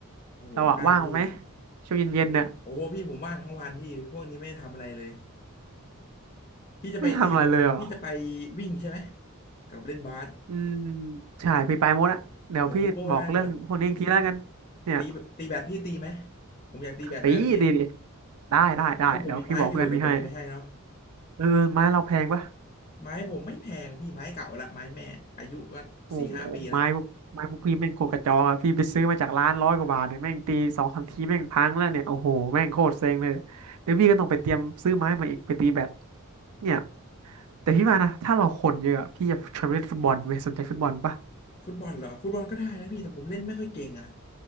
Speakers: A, on the left (about 30°); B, on the right (about 90°).
A: โอ้โหได้พี่
B: เราอะว่างไหมช่วงเย็นๆเนี่ย
A: โอ้โหพี่ผมว่างทั้งวันพี่พวกนี้ไม่ได้ทำอะไรเลยพี่จะไปตีพี่จะไป
B: ไม่ทำอะไรเลยเหรอ
A: วิ่งใช่ไหมกับเล่นบาส
B: อืมใช่พี่ไปหมดอะเดี๋ยวพี่บอกเรื่องพวกนี้อีกทีแล้วกันเนี่ย
A: โอ้ได้หมดตีตีแบดพี่ตีไหมผมอยากตีแบดด้วยอะพี่
B: ตีดีดีได้ได้ได้เดี๋ยวพี่บอกเพื่อนพี่ให้
A: โอ้ผมมีไม้อยู่เดี๋ยวผมเอาไปให้เนาะ
B: เออไม้เราแพงปะ
A: ไม้ผมไม่แพงพี่ไม้เก่าละไม้แม่อายุก็สี่ห้าปีละ
B: โอ้โหไม้พวกไม้พวกพี่แม่งโคตรกระจอกอะพี่ไปซื้อมาจากร้านร้อยกว่าบาทเนี่ยแม่งตีสองสามทีแม่งพังแล้วเนี่ยโอ้โหแม่งโคตรเซ็งเลยเดี๋ยวพี่ก็ต้องไปเตรียมซื้อไม้มาอีกไปตีแบดเนี่ยแต่พี่ว่านะถ้าเราคนเยอะอะพี่จะชวนไปเล่นฟุตบอลเว้ยสนใจฟุตบอลปะ
A: ฟุตบอลเหรอฟุตบอลก็ได้นะพี่แต่ผมเล่นไม่ค่อยเก่งอ่ะ